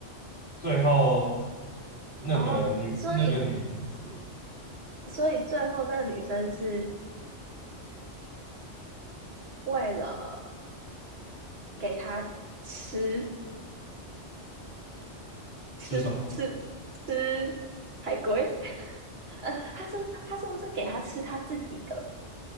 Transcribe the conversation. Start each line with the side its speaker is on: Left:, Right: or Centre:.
Left: 最后那个女那个女生死了，
Right: 哦。所以所以最后那个女生是为了给他吃吃吃吃海龟，
Left: 吃什么？
Right: <laughs> 呃，他是他是不是给他吃他自己的